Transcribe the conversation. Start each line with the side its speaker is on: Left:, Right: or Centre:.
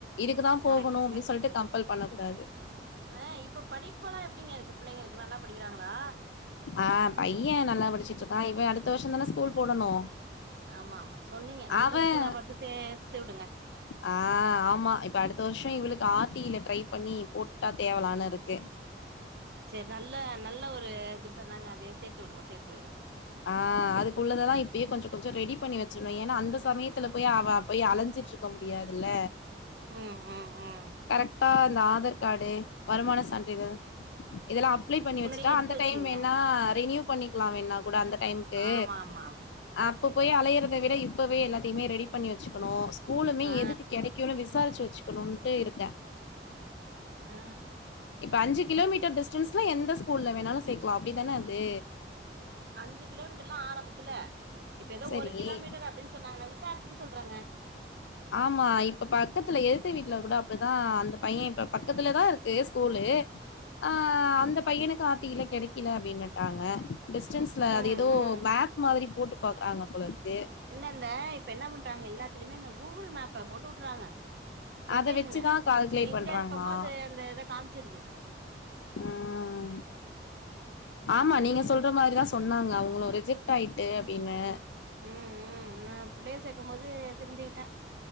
Left: இதுக்குதா
Right: கரெக்ட்
Left: போகணு அப்டி சொல்ட்டு கம்பல் பண்ண கூடாது
Right: மே இப்ப படிப்பல்லா எப்டிங்க இருக்கு புள்ளைங்களுக்கு நல்லா படிக்கிறாங்களா
Left: ஆ பைய நல்லா படிச்சிட் இருக்கா இவ அடுத்த வர்ஷந்தானே ஸ்கூல் போடணு
Right: ஆமா ஆமா சொன்னீங்க நல்ல
Left: அவன்
Right: ஸ்கூல்லா பாத்து சேத்துடுங்க
Left: ஆ ஆமா இப்ப அடுத்த வர்ஷ இவ்ளுக்கு ஆர்டில ட்ரை பண்ணி போட்டா தேவலான்னு இருக்கு
Right: செரி நல்ல நல்ல ஒரு திட்டந்தாங்க அது சேத்து வுடுங்க சேத்து வுடுங்க
Left: ஆ அதுக்குள்ளததா இப்பயே கொஞ்சோ கொஞ்சோ ரெடி பண்ணி வச்சிருணு ஏனா அந்த சமயத்துல போய் அவ போய் அலைஞ்சிட்டு ரு போ முடியாதுல
Right: ம் ம் ம்
Left: கரெக்டா அந்த ஆதார் கார்டு வருமான சான்றிதழ் இதெல்லா அப் ப்ளே பண்ணி
Right: முன்னாடியே
Left: வச்சுட்டா
Right: எடுத்து
Left: அந்த
Right: வச்சீங்க
Left: டைம் வேணா ரேனியூ பண்ணிக்கலா வேணா கூட அந்த டைம்க்கு
Right: ஆமா ஆமா ஆமா கரெக்ட்
Left: அப்ப போய்
Right: கரெக்ட்
Left: அலையறத விட இப் இப்பவே எல்லத்தையுமே ரெடி பண்ணி வச்சுக்கணு ஸ்கூலுமே
Right: ஆ
Left: எதுக்கு கெடைக்குனு விசாரிச்சு வச்சுக்கணுட்டு இருக் த
Right: அ
Left: இப்ப அஞ்சு கிலோமீட்டர் டிஸ்டன்ஸ்ல எந்த ஸ்கூல்ல வேணாலு சேக்கலா அப்டிதான அது
Right: அஞ்சு கிலோமீட்டர் ல்லா ஆரம்பத்துல இப்ப எதோ
Left: சரி.
Right: ஒரு கிலோமீட்டர் அப்டின்னு சொன்னாங்க நா விசாரிச்சுட்டு சொல்றேங்க
Left: ஆமா இப்ப பக்கத்துல எதுத்த வீட்ல கூட அப்டிதா அந்த பையே இப்ப பக்கத்துலதா ருக் கு ஸ்கூலு ஆ அந்த பையனுக்கு ஆர் டி ல கெடைக்கல அப்டின்னுட்டாங்க டிஸ்டன்ஸ்ல
Right: ம்
Left: அது எதோ
Right: ம்
Left: மேப் மாதிரி போட்டு பாக்குறாங்க போல இருக்கு
Right: என்ன இந்த இப்ப என்ன பண்டாங்க எல்லாத்துலயுமே அந்த கூகுள் மேப்ப போட்டு வுட்டுறாங்க லொகேஷனு
Left: அத வச்சுதா கால்குலேட்
Right: எங்க
Left: பண்றாங்களா
Right: இருக்கமோ அது அந்த இத காமிச்சிருது
Left: ம் ஆமா
Right: ம்
Left: நீங்க சொல்ற மாரி தா ஸ் சொன்னாங்க அவுங்களு ரிஜெக்ட் ஆயிட்டு அப்டின்னு
Right: ம் ம் நா புள்ளைய சேக்கு போது தெரிஞ்சுக்கிட்டே